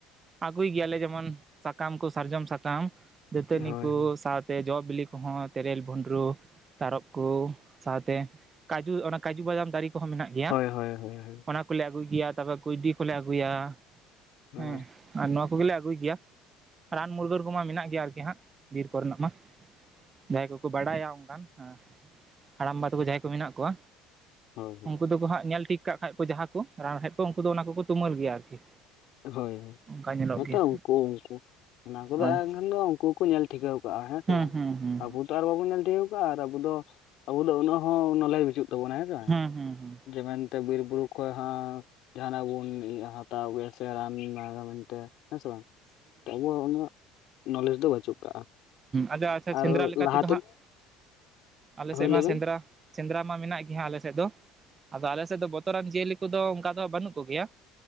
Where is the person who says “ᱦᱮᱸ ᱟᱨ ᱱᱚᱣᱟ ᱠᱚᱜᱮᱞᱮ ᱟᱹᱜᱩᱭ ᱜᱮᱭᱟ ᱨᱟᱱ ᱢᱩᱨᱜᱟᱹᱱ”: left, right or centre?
Right